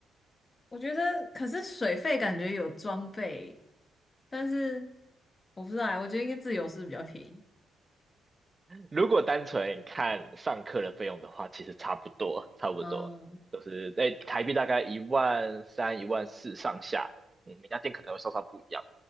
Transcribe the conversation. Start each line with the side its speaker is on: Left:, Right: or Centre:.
Left: 我觉得，可是水费感觉有装备，但是我不知道欸，我觉得应该自由是比较便宜。
Right: 如果单纯看上课的费用的话，其实差不多，差不多，
Left: 哦，
Right: 都是在台币大概一万三、一万四上下。嗯，每家店可能会稍稍不一样。